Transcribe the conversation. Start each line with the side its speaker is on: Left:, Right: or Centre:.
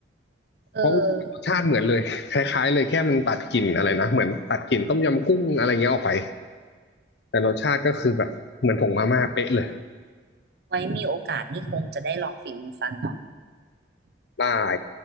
Right: เออ
Left: เพราะรสชาติเหมือนเลยคล้ายๆเลยแค่มันตัดกลิ่นอะไรนะเหมือนตัดกลิ่นต้มยำกุ้งอะไรเงี้ยออกไป แต่รสชาติก็คือแบบเหมือนผงมาม่าเป๊ะเลย
Right: ไว้มีโอกาสนี่คงจะได้ลองฝีมือฟันเนาะ
Left: ได้